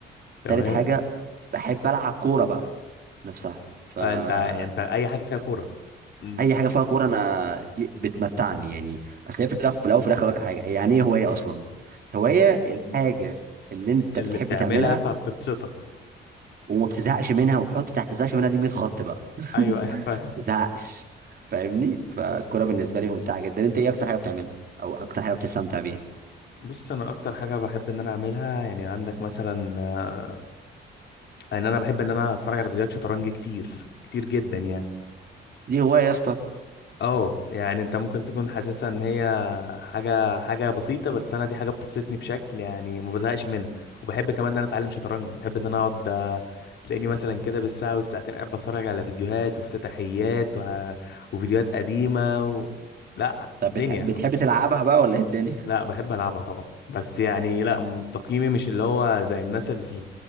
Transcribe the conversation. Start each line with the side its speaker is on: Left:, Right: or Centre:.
Left: تمام
Right: تالت حاجه بحب العب كوره بقى نفسها فاي
Left: آه انت انت اي حاجه فيها كوره م،
Right: حاجه فيها كوره انا دي بتمتعني يعني اصل هي في الاخر في الاول وفي الاخر أقول لك على حاجه يعني ايه هوايه اصلا هوايه الحاجه اللي انت
Left: اللي
Right: بتحب
Left: بتعملها
Right: تعملها
Left: فبتبسطك
Right: وما بتزهقش منها وحط تحت بتزهقش منها دي 100 خط بقى <laughs>
Left: ايوه
Right: ما
Left: ايوه فاهم
Right: بتزهقش فاهمني فالكوره بالنسبه لي ممتعه جدا انت ايه اكتر حاجه بتعملها او اكتر حاجه بتستمتع بيها
Left: بص انا اكتر حاجه بحب ان انا اعملها يعني عندك مثلا آه ان انا بحب ان انا اتفرج على فيديوهات شطرنج كتير كتير جدا يعني
Right: دي هوايه يا اسطى
Left: اه يعني انت ممكن تكون حاسسها ان هي حاجه حاجه بسيطه بس انا دي حاجه بتبسطني بشكل يعني ما بزهقش منها وبحب كمان ان انا اتعلم شطرنج بحب ان انا اقعد آه، تلاقيني مثلا كده بالساعه والساعتين قاعد بتفرج على فيديوهات وافتتاحيات وه- وفيديوهات قديمه و... لا
Right: طب
Left: دنيا
Right: بتح... بتحب تلعبها بقى ولا ايه الدنيا
Left: لا
Right: <laughs>
Left: بحب العبها طبعا بس يعني لا م- تقييمي مش اللي هو زي الناس ال-